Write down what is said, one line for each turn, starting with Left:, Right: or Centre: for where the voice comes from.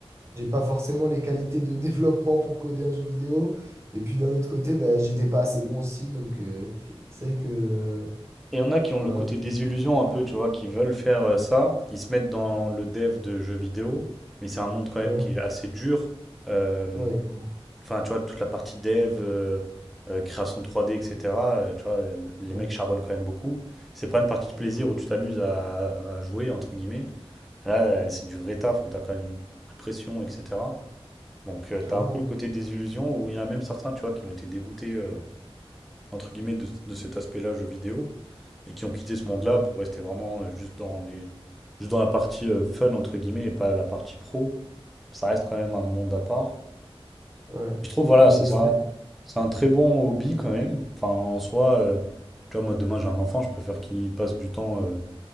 Right: j'ai pas forcément les qualités de <laughs> développement pour coder un jeu vidéo. Et puis d'un autre côté, bah, j'étais pas assez bon aussi. Donc, euh, c'est vrai que, euh,
Centre: Et il y en a qui ont
Right: voilà,
Centre: le côté désillusion un peu, tu vois, qui veulent faire euh, ça. Ils se mettent dans le dev de jeux vidéo, mais c'est un monde quand même
Right: ouais,
Centre: qui est assez dur. Euh,
Right: ouais, cl-
Centre: Enfin, tu vois, toute la partie dev, euh, euh, création 3D, etc. euh, tu vois, les
Right: ouais,
Centre: mecs charbonnent quand même beaucoup. C'est pas une partie de
Right: mhm,
Centre: plaisir où tu t'amuses à, à jouer, entre guillemets. Là, euh, c'est du vrai taf où t'as quand même une- beaucoup de pression, etc. Donc, tu
Right: clairement.
Centre: t'as un peu le côté désillusion où il y en a même certains, tu vois, qui ont été dégoûtés, euh, entre guillemets, de, de cet aspect-là, jeux vidéo et qui ont quitté ce monde-là
Right: hein. Ouais,
Centre: pour rester vraiment euh, juste dans les, juste dans la partie euh, fun, entre guillemets, et pas la partie pro. Ça reste quand même un monde à part.
Right: ouais.
Centre: Je trouve, voilà,
Right: Mais
Centre: ça, c'est
Right: c'est.
Centre: un, c'est un très bon hobby quand même. Enfin, en soi, euh, tu vois, moi, demain, j'ai un enfant, je préfère qu'il passe du temps euh,